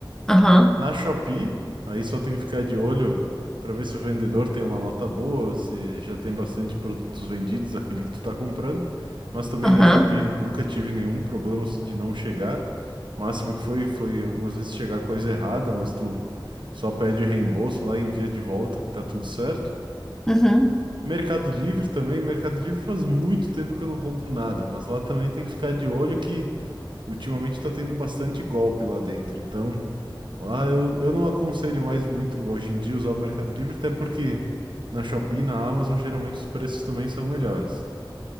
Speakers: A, in the centre; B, on the right.
A: Aham.
B: Na Shopee, aí só tem que ficar de olho para ver se o vendedor tem uma nota boa, se já tem bastante produtos vendidos aquele que tu tá comprando. Mas também
A: Aham.
B: na Shopee nunca tive nenhum problema assim de não chegar. Máximo que foi, foi algumas vezes chegar coisa errada, mas tu só pede reembolso lá e envia de volta que tá tudo certo.
A: Uhum.
B: Mercado Livre também, Mercado Livre faz muito tempo que eu não compro nada, mas lá também tem que ficar de olho que Ultimamente tá tendo bastante golpe lá dentro, então lá eu, eu não aconselho mais muito hoje em dia usar o Mercado Livre, até porque na Shopee e na Amazon geralmente os preços também são melhores,